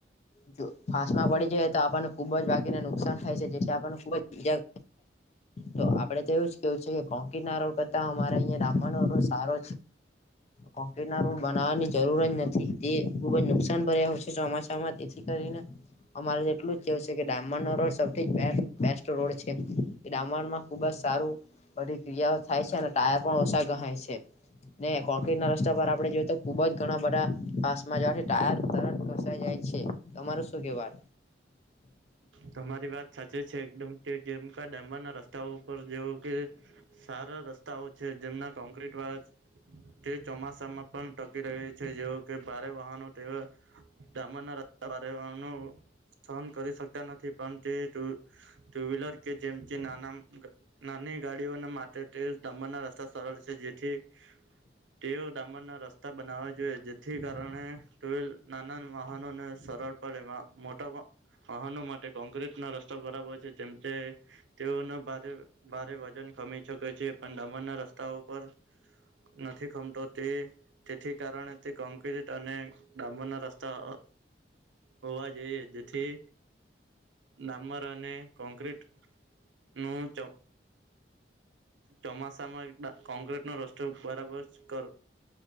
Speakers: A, on the left; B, on the right.
A: જો ફાાસમાં પડી જાય તો આપણને ખુબ જ વાગીને નુકસાન થાય છે જેથી આપણને ખુબ જ ઈજા
B: <inaudible>
A: તો આપડે તો એવ જ કેવું છે કે કોંક ના રોલ કરતા અમારે અહંયા દામ્બર રસ્તો સારો કોકટ ના રોમ બનાવવાની જરૂર જ નથી તે ખુબ જ નુકસાન ભર્યા છે ચોમાસાામાં તેથી કરીને અમારે એટલું જશે કે ડાયમંડ નો રોડ સૌથી બેસ્ટ રોડ છે કે ડાયમંડમાં ખુબ જ સારું બધી ક્રિયાઓ થાય છે અને ટાયર પણ ઓછા ગહાય છે ને કોક્રીટ ના રસ્તા પર આપડે જોયએ તો ખુબ જ ઘણા બધા પાસમાં જવાથી ટાયર તર ઘસાઈ જાય છે તમાર શું કેવા
B: તમારી વાત સાચી છે એકદમ કે કેમકા ડામબના રસ્તાઓ ઉપ જેવો કે સારા રસ્તાઓ છે જેમના કોન્ક્રટ વાળા તે ચોમાસામાં પણ ટકી રહહી છે જેવ કે ભારે વાહનો તેવા ડામના પરવાનું સહન કરી શકતા નથી થી પણ તે ટુ વ્હીલર કે જેમ કે નાની ગાડીઓના માટે દમણ ના રસ્તા સરળ છે જેથી તેઓ ડામર ના રસ્તા બનાવવા જોઈએ જેથી કારણે ટલ નાના વાહનોને સરળડ એમાં મોટા વાહનો માટે કોંક્રટ ના રસ્તા બરાબર છે તેમ તે તેઓને ભારે ભારે વજન કમાી શકે છે પણ ડમણ ના રસ્તાઓ ઉપર નથી ખમતો તે તેથી કારણે તે કોંક્રટ અને ડાબરના રસ્તા હોવા જોયે જથી ડામર અને કોંક્રટ નું ચ ચોમાસામાં કોંક્રીટ નો રસ્તો બરાબર કર